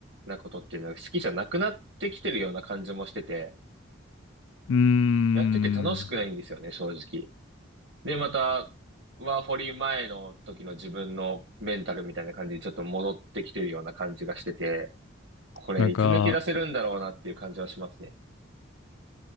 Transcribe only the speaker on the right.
なことっていうのが好きじゃなくなってきてるような感じもしてて、
やってて楽しくないんですよね、正直。で、また、ワーホリ前の時の自分のメンタルみたいな感じにちょっと戻ってきてるような感じがしてて、これいつ抜け出せるんだろうなっていう感じはしますね。